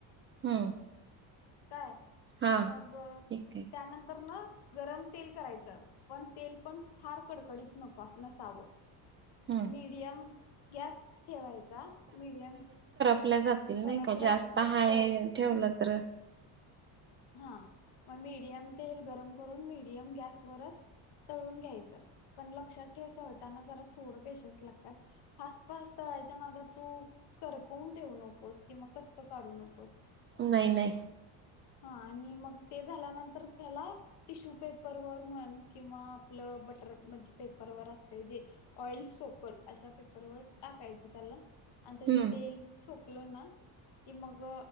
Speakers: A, on the right; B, on the left.
A: हम्म
B: काय
A: हा
B: मग
A: ठीक आहे
B: त्यानंतर न गरम तेल करायचं पण तेल पण फार कडकडीत नको नसावं
A: हम्म
B: मीडियम गॅस ठेवायचा मीडियम
A: पल्या जातील
B: करपला
A: नाही का जास्त
B: जाते
A: हाय
B: तळ
A: ठेवलं तर
B: हा मेडियम तेल गरम करून मडियम गॅसवरच तळून घ्यायचं, पण लक्षात ठेव तळताना जरा थोड पेशन्स लागतात, फास्ट फास्ट तळायच्या नादात तू करपवून ठेवू नकोस किंवा कच्च काढू नकोस.
A: नाही नाही
B: हा आणि मग ते झाल्यानंतर त्याला टिश्यू पेपरवर म्हण किंवा आपलं बटर म्हणजे पेपरवर असते जे ऑइल सोकल अशा पेपरवर टाकायचं त्याला आणि त्याचे
A: हम्म
B: तेल सुक फुल्ल ना कि मग